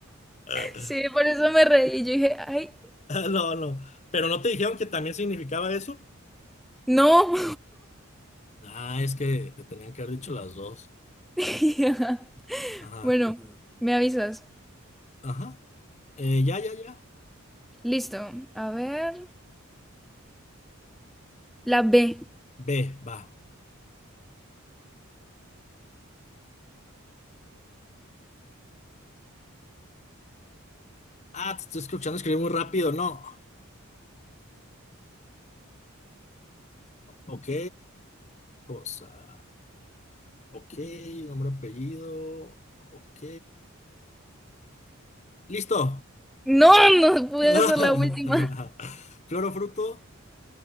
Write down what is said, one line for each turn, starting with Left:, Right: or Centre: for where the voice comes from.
Left: <laughs>
Centre: Sí, por eso me reí. Yo dije, ay,
Left: No, no, pero no te dijeron que también significaba eso.
Centre: no.
Left: Ah, es que te tenían que haber dicho las dos.
Centre: <laughs>
Left: Ajá,
Centre: Bueno, me avisas.
Left: ajá. Eh, ya, ya, ya.
Centre: Listo. A ver. La B.
Left: Ve, va. Ah, te estoy escuchando escribir muy rápido, no. Ok, cosa. Ok, nombre, apellido. Ok. ¡Listo!
Centre: No, no pude
Left: <laughs>
Centre: ser la última.
Left: Flor o fruto,